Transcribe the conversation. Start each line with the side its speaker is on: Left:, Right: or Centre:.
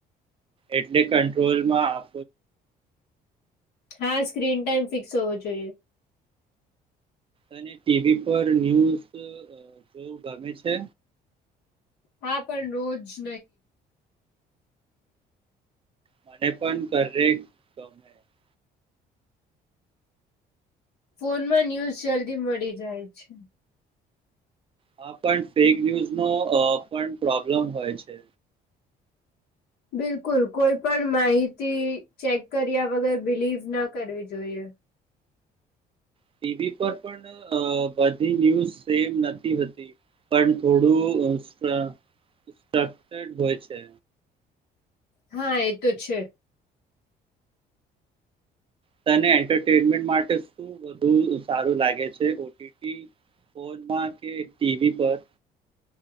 Right: એટલે કંટ્રોલ માં.
Left: હા સ્ક્રીન ટાઈમ ફિક્સ હોવો જોઈએ.
Right: અને ટીવી પર ન્યુઝ જોવું ગમે છે.
Left: હા પણ રોજ <unintelligible>
Right: મને પણ <unintelligible> <unintelligible>
Left: ફોનમાં ન્યૂઝ જલ્દી મળી જાય છે.
Right: હા પણ ફેક ન્યુઝ નો પણ પ્રોબ્લેમ હોય છે.
Left: બિલકુલ કોઈ પણ માહિતી ચેક કર્યા વગર બિલીવ ના કરવી જોઈએ.
Right: ટીવી પર પણ બધી ન્યુઝ સેમ નથી હતી. પણ થોડુંક <unintelligible> હોય છે.
Left: હા એ તો છે
Right: તનેએરટેમેન્ટ માટે <unintelligible> વધુ સારું લાગે છે ઓ. ટી. ટી ફોનમાં કે ટીવી પર.